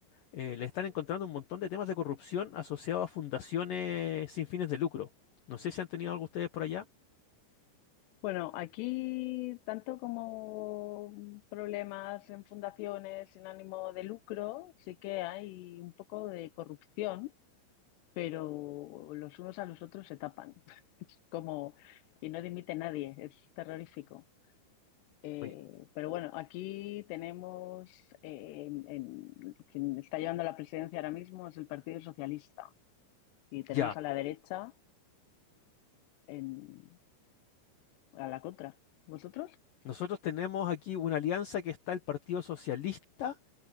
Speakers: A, on the left (about 65°); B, on the left (about 80°).
A: eh, le están encontrando un montón de temas de corrupción asociados a fundaciones sin fines de lucro. No sé si han tenido algo ustedes por allá.
B: Bueno, aquí tanto como problemas en fundaciones sin ánimo de lucro, sí que hay un poco de corrupción, pero los unos a los otros se tapan. <laughs> como, y no dimite nadie, es terrorífico. Eh,
A: Oye,
B: pero bueno, aquí tenemos, eh, en- en- quien está llevando la presidencia ahora mismo es el Partido Socialista y tenemos
A: ya.
B: a la derecha. en a la contra. ¿Vosotros?
A: Nosotros tenemos aquí una alianza que está el Partido Socialista